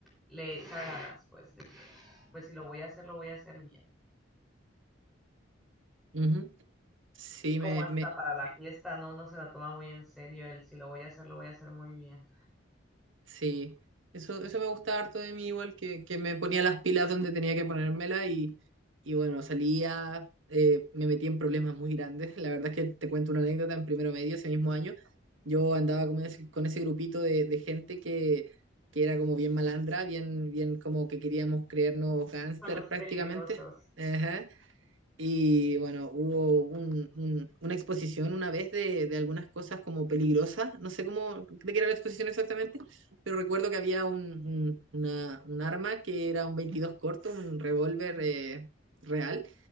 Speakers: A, in the centre; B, on the right.
A: le echa ganas, pues, de que, pues si lo voy a hacer, lo voy a hacer bien.
B: ujú. Sí,
A: Como
B: me,
A: hasta
B: me-
A: para la fiesta, ¿no? Uno se la toma muy en serio, el si lo voy a hacer, lo voy a hacer muy bien.
B: Sí, eso, eso me gustaba harto de mí, igual que, que me ponía las pilas donde tenía que ponérmela y, y bueno, salía, eh, me metí en problemas muy grandes. La verdad es que te cuento una anécdota en primero medio, ese mismo año, yo andaba con ese, con ese grupito de, de gente que, que era como bien malandra, bien, bien como que queríamos creernos gángster
A: Con los
B: prácticamente.
A: peligrosos.
B: Ajá. Y bueno, hubo un- un- una exposición una vez de, de algunas cosas como peligrosas, no sé cómo, de qué era la exposición exactamente, pero recuerdo que había un, un- una- un arma que era un 22 corto, un revólver eh, real,